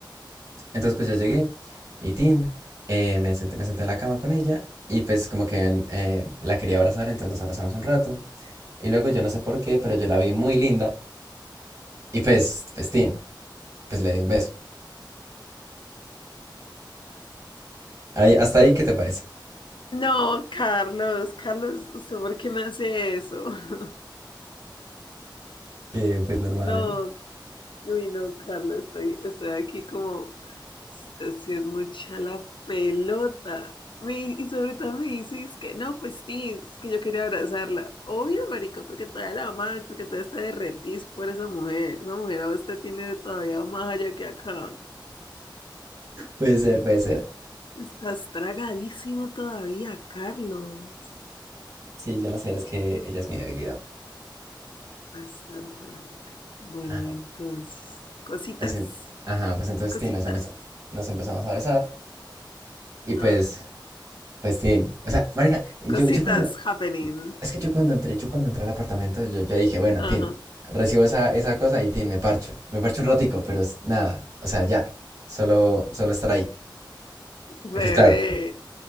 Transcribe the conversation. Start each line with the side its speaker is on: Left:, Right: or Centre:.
Right: entonces pues yo llegué y tin, eh, me senté, me senté en la cama con ella y pues como que eh, la quería abrazar, entonces nos abrazamos un rato. Y luego yo no sé por qué, pero yo la vi muy linda. Y pues, pues, tin, pues le di un beso. Ahí, hasta ahí, ¿qué te parece?
Left: No, Carlos, Carlos, ¿usted por qué me hace eso? <laughs>
Right: Que pues normal.
Left: No, uy, no, Carlos, estoy, estoy aquí como, esta sí es mucha la pelota. Me- y sobre todo me dices que no, pues sí, es que yo quería abrazarla. Obvio, marico, porque todavía la amas, porque todavía está derretís por esa mujer. Esa mujer a usted tiene todavía más allá que acá.
Right: Puede ser, puede ser.
Left: Estás tragadísimo todavía, Carlos.
Right: Sí, yo no sé, es que ella es mi debilidad.
Left: Bastante, marica. Bueno,
Right: Ajá.
Left: y entonces, cositas,
Right: Pues, en- ajá, pues entonces,
Left: cositas,
Right: tin, nos empezamos, nos empezamos a besar. Y pues,
Left: ah,
Right: pues, tin. O sea, marica, yo,
Left: cositas
Right: yo cuando,
Left: happening.
Right: es que yo cuando entré, yo cuando entré al apartamento, yo, yo dije, bueno,
Left: Ajá.
Right: tin, recibo esa, esa cosa y tin, me parcho. Me parcho un ratico, pero es nada. O sea, ya. Solo, solo estar ahí.
Left: Bebé,
Right: Y pues claro.